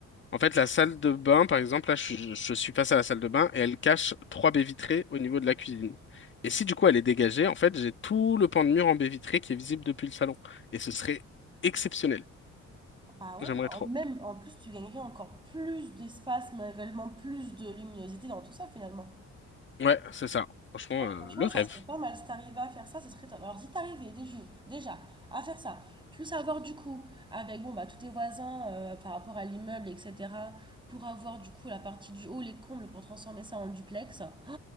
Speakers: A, on the left; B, on the right.
A: en fait, la salle de bain, par exemple, là, je, suis je suis face à la salle de bain et elle cache trois baies vitrées au niveau de la cuisine. Et si du coup elle est dégagée, en fait, j'ai tout le pan de mur en baies vitrées qui est visible depuis le salon. Et ce serait exceptionnel.
B: Bah ouais,
A: J'aimerais
B: bah
A: trop.
B: en- même en plus, tu gagnerais encore plus d'espace, mais également plus de luminosité dans tout ça finalement.
A: Ouais, c'est ça. Franchement,
B: Oh, franchement,
A: euh, le
B: ça
A: rêve.
B: serait pas mal. Si t'arrivais à faire ça, ce serait top. Alors, si t'arrivais des jours, déjà à faire ça, plus avoir du coup avec bon, bah, tous tes voisins euh, par rapport à l'immeuble, etc., pour avoir du coup la partie du haut, les combles, pour transformer ça en duplex, oh,